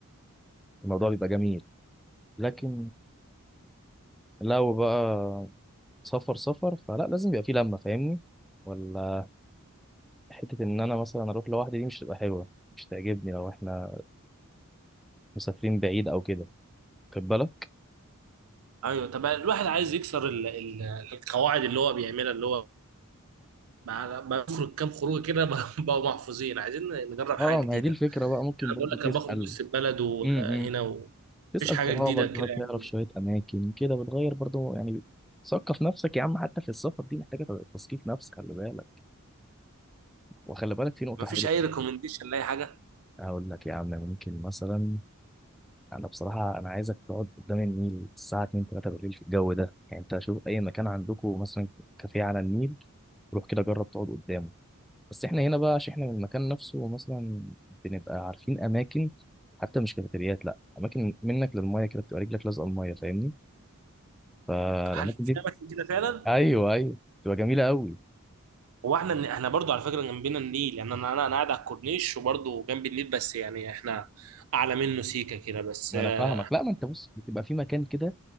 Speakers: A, in the centre; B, on the right.
A: الموضوع بيبقى جميل لكن لو بقى سفر سفر فلا لازم يبقى فيه لمة فاهمني ولا حتة إن أنا مثلا أروح لوحدي دي مش هتبقى حلوة مش تعجبني لو إحنا مسافرين بعيد أو كده خد بالك
B: ايوه طب الواحد عايز يكسر ال... ال... القواعد اللي هو بيعملها اللي هو بع- بخرج كام خروج كده <laughs> بقوا محفوظين عايزين نجرب حاجه
A: اه
B: جديده
A: ما هي دي الفكرة بقى ممكن
B: يعني انا
A: برضو
B: بقول
A: تسأل
B: لك انا بخرج وسط البلد وهنا
A: امم
B: ومفيش
A: تسأل
B: حاجه
A: صحابك
B: جديده كده
A: بقى
B: يعني
A: تعرف شوية أماكن كده بتغير برضو يعني ثقف نفسك يا عم حتى في السفر دي محتاجة تثقيف نفس خلي بالك وخلي بالك في نقطة
B: مفيش
A: حلوة
B: اي ريكومنديشن لاي حاجه
A: هقول لك يا عم ممكن مثلا انا بصراحه انا عايزك تقعد قدام النيل الساعه 2 3 بالليل في الجو ده يعني انت شوف اي مكان عندكم مثلا كافيه على النيل روح كده جرب تقعد قدامه بس احنا هنا بقى عشان احنا من المكان نفسه مثلا بنبقى عارفين اماكن حتى مش كافيتريات لا اماكن منك للميه كده بتبقى رجلك لازقه الميه فاهمني فالاماكن
B: هل في
A: دي
B: اماكن كده فعلا
A: ايوه ايوه بتبقى جميله قوي
B: هو احنا احنا برضو على فكره جنبنا النيل يعني انا انا أنا قاعد على الكورنيش وبرضو جنب النيل بس يعني احنا اعلى منه سيكه كده بس
A: ما انا
B: آه،
A: فاهمك لا ما انت بص بتبقى في مكان كده